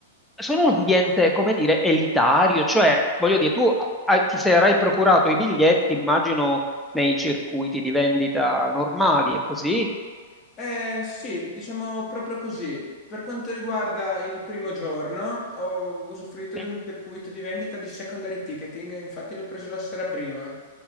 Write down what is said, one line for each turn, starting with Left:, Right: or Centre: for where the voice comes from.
Centre: sono un ambiente, come dire, elitario, cioè, voglio dire, tu hai- ti sarai procurato i biglietti, immagino, nei circuiti di vendita normali e così.
Left: Eh, sì, diciamo proprio così. Per quanto riguarda il primo giorno, ho usufruito
Centre: Sì.
Left: di un circuito di vendita di secondary ticketing, infatti l'ho preso la sera prima.